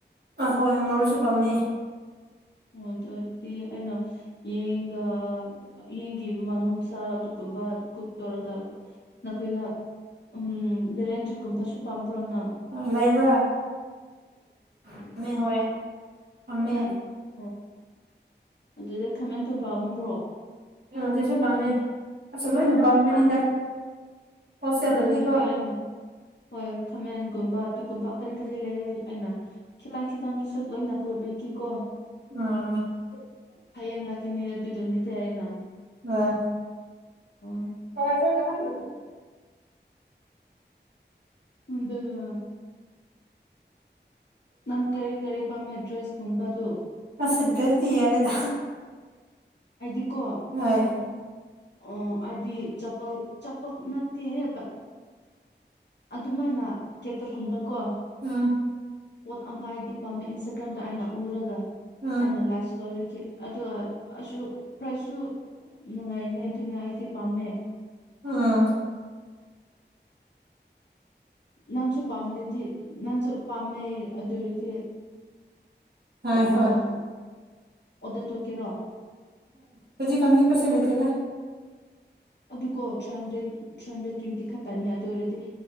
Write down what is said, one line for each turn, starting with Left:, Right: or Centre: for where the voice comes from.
Right: ꯑ ꯍꯣꯏ ꯃꯣꯔꯣꯛꯁꯨ ꯄꯥꯝꯃꯦ
Left: ꯑꯣ ꯑꯗꯨꯗꯤ ꯑꯩꯅ ꯌꯦꯟꯒ ꯌꯦꯟꯒꯤ ꯃꯅꯨꯡꯁꯥ ꯑꯗꯨꯒꯨꯝꯕ ꯀꯨꯛ ꯇꯧꯔꯒ ꯅꯈꯣꯏꯗ ꯎꯝ ꯕꯦꯂꯦꯟꯗ꯭ꯔꯤꯀꯨꯝꯕꯁꯨ ꯄꯥꯝꯕ꯭ꯔꯣ ꯅꯪ
Right: ꯑ ꯂꯩꯕ꯭ꯔꯥ ꯄꯥꯝꯃꯦ ꯍꯣꯏ ꯄꯥꯝꯃꯦ
Left: ꯑꯣ ꯑꯗꯨꯗ ꯈꯥꯃꯦꯟꯗꯣ ꯄꯥꯝꯕ꯭ꯔꯣ
Right: ꯑ ꯑꯗꯁꯨ ꯄꯥꯝꯃꯦ ꯂꯣꯏꯅ ꯄꯥꯝꯕꯅꯤꯗ ꯍꯣꯜꯁꯦꯜꯗꯗꯤꯀꯣ
Left: ꯑꯗꯨꯑꫭꯏꯗꯤ ꯑꯩꯅ ꯍꯣꯏ ꯈꯥꯃꯦꯟꯒꯨꯝꯕ ꯑꯗꯨꯒꯨꯝꯕ ꯀꯔꯤ ꯀꯔꯤ ꯂꯩ ꯑꯩꯅ ꯈꯤꯇꯪ ꯈꯤꯇꯪꯗꯨꯁꯨ ꯂꯣꯏꯅ ꯄꯨꯕꯤꯒꯤꯀꯣ
Right: ꯑ
Left: ꯍꯌꯦꯡ ꯂꯥꯛ ꯀꯅꯤꯗ ꯑꯗꯨꯗꯨꯒꯤꯗꯤ ꯑꯩꯅ
Right: ꯑꯣ
Left: ꯑꯣ
Right: ꯍꯋꯥꯏꯖꯔ ꯀꯃꯥꯏ
Left: ꯑꯗꯨꯒ ꯅꯪ ꯀꯔꯤ ꯀꯔꯤ ꯄꯥꯝꯃꯦ ꯗ꯭ꯔꯦꯁꯀꯨꯝꯕꯗ
Right: ꯑꯁ ꯑꯗꯨꯗꯤ ꯌꯥꯔꯦꯗ
Left: ꯑꯩꯗꯤꯀꯣ
Right: ꯍꯣꯏ
Left: ꯑꯣ ꯍꯥꯏꯗꯤ ꯆꯥꯝ ꯆꯥꯝꯄꯥꯜ ꯅꯠꯇꯦ ꯑ ꯑꯗꯨꯃꯥꯏꯅ ꯀꯦꯠꯇ ꯀꯨꯝꯕ ꯀꯣ
Right: ꯑꯥ
Left: ꯄꯣꯠ ꯑꯃ ꯍꯥꯏꯗꯤ ꯄꯥꯝꯃꯦ ꯏꯟꯁꯇꯥꯒ꯭ꯔꯥꯝꯗ ꯑꯩꯅ ꯎꯔꯒ
Right: ꯑꯥ
Left: ꯑꯩꯅ ꯂꯥꯏꯁ ꯇꯧꯔꯒꯦ ꯑꯗꯣ ꯑ ꯄ꯭ꯔꯥꯏꯖꯁꯨ ꯅꯨꯡꯉꯥꯏꯅꯦ ꯑꯗꯨꯅ ꯑꯩꯗꯤ ꯄꯥꯝꯃꯦ
Right: ꯑꯥ
Left: ꯅꯪꯁꯨ ꯄꯥꯝꯈ꯭ꯔꯗꯤ ꯅꯪꯁꯨ ꯄꯥꯝꯃꯦ ꯑꯗꯨ ꯑꯣꯏꯔꯗꯤ
Right: ꯍꯣꯏ
Left: ꯑ
Right: ꯍꯣꯏ
Left: ꯑꯣꯗꯔ ꯇꯧꯀꯦꯔꯣ
Right: ꯍꯧꯖꯤꯛꯒꯥꯟꯗꯤ ꯄꯩꯁꯥ ꯂꯩꯇꯦꯗ
Left: ꯑꯗꯨꯀꯣ three hundred three hundred twenty ꯈꯛꯇꯅꯤ ꯑꯗꯨ ꯑꯣꯏꯔꯗꯤ